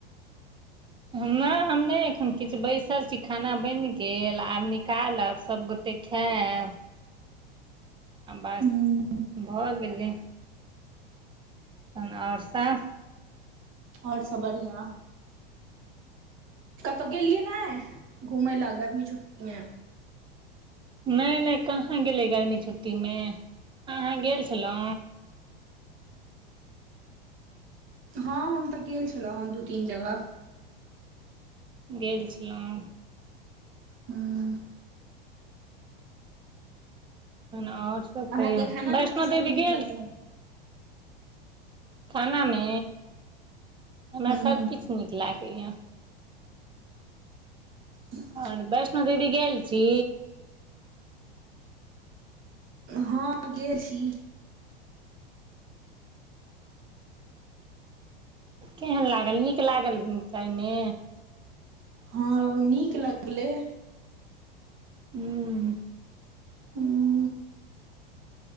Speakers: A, on the right; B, on the right.
A: नहि हम नहि एखन किछु बैसल छी खाना बनि गेल आब निकालब सभगोटे खेब बस
B: हूँ
A: भऽ गेलै तहन आओर सभ
B: आओर सब बढ़िआँ कतौ गेलेलियए न ह घुमैलय गर्मी छुट्टी के छुट्टी मे
A: नहि नहि कहाँ गेलै गर्मी छुट्टी मे अहाँ गेल छलो
B: हँ हम तऽ गेल छलहुँ हेँ दू तीन जगह
A: गेल छलहुँ
B: हूँ
A: आओर सब
B: अहाँके
A: कहियौ
B: खानामे
A: वैष्णो
B: की सब
A: देवी
B: नीक
A: गेल
B: लागैया
A: खानामे हमरा
B: हूँ
A: सभकिछ नीक लागैए या
B: ह <inaudible>
A: और वैष्णो देवी गेल छी
B: हँ गेल छी
A: केहन लागल नीक लागल <unintelligible> जाइमे
B: हँ नीक लगलै
A: हूँ
B: हू